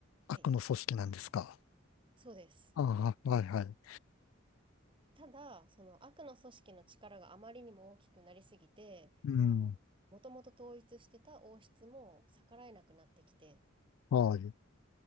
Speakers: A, on the left; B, on the right.
A: 悪の組織なんですか
B: はい、そうです。
A: ああ、はい、はい。
B: ただ、その悪の組織の力があまりにも大きくなりすぎて、
A: うん、
B: もともと統一してた王室も逆らえなくなってきて、
A: はい。